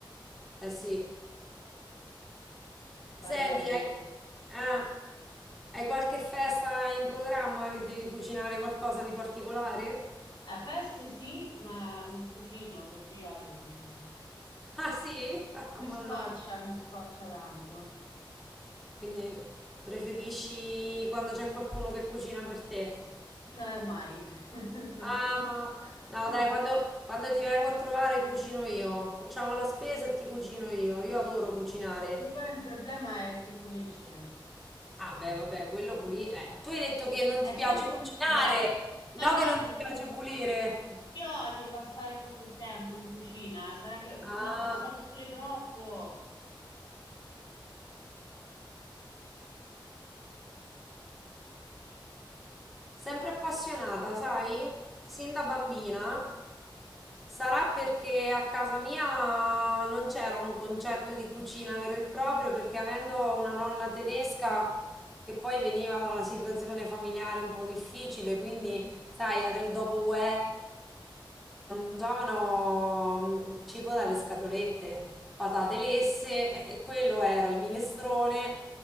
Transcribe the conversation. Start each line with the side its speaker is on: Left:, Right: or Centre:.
Centre: eh sì.
Left: vale
Centre: Senti,
Left: la pena.
Centre: hai, eh, hai qualche festa in programma che devi cucinare qualcosa di particolare?
Left: Eh, feste sì, ma non cucino perché io odio cucinare.
Centre: Ah sì? <laughs>
Left: Mi
Centre: Mannaggia.
Left: scoccia, mi scoccia tanto.
Centre: Quindi preferisci quando c'è qualcuno che cucina per te?
Left: Cioè, mai. <laughs>
Centre: Ah, ma no, dai, quando, quando ti vengo a trovare cucino io. Facciamo la spesa e ti cucino io. Io adoro cucinare.
Left: E poi il problema è chi pulisce.
Centre: Ah, beh, vabbè, quello pulire. Eh, tu hai detto che non
Left: È
Centre: ti
Left: sempre
Centre: piace
Left: un
Centre: cucinare,
Left: problema.
Centre: no
Left: Ah, no,
Centre: che non ti piace pulire.
Left: io odio passare proprio il tempo in cucina. Sarà che
Centre: Ah.
Left: ne ho passato pure troppo.
Centre: Sempre appassionata, sai? Sin da bambina. Sarà perché a casa mia non c'era un concetto di cucina vero e proprio, perché avendo una nonna tedesca che poi veniva da una situazione familiare un po' difficile, quindi, sai, era il dopoguerra mangiavano mm, cibo dalle scatolette, patate lesse, e quello era il minestrone.